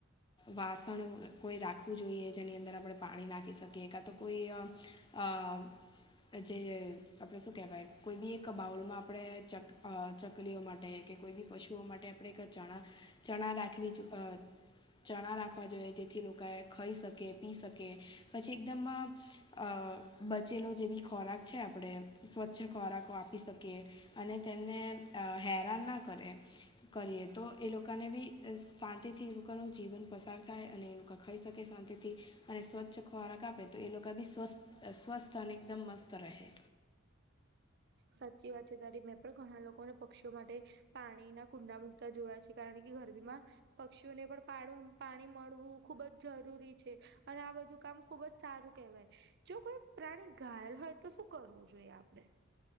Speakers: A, on the left (about 20°); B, on the right (about 50°).
A: વાસણ કોઈ રાખવું જોઈએ જેની અંદર આપણે પાણી નાખી શકીએ કાતો કોઈ અ અ જે આપણે શું કહેવાય કોઈ બી એક એક બાઉલમાં આપણે ચક અ ચકલીઓ માટે કે કોઈ બી પશુઓ માટે આપણે એક ચણા ચણા રાખવી જો અ ચણા રાખવા જોઈએ જેથી લોકોએ ખાઈ શકે, પી શકે પછી એકદમ અ બચેલો જે બી ખોરાક છે આપણે સ્વચ્છ ખોરાક આપી શકી કે અને તેમને હેરાન ના કરે. કરીએ તો એ લોકાને બી શાંતિથી એ લોકાનું જીવન પસાર થાય અને એ લોકા ખાઈ શકે શાંતિથી અને સ્વચ્છ ખોરાક આપીએ. તો એ લોકા બી સ્વસ્થ સ્વસ્થ અને એકદમ મસ્ત રહે.
B: સાચી વાત છે તારી, મેં પણ ઘણા લોકોને પક્ષીઓ માટે પાણીના કુંડા મૂકતા જોયા છે કારણ કે ગરમીમાં પક્ષીઓને પણ પાડુ પાણી મળવું ખુબ જ જરૂરી છે. અને આ બધું કામ ખુબ જ સારું કહેવાય. જો કોઈ પ્રાણી ઘાયલ હોય તો શું કરવું જોઈએ આપણે?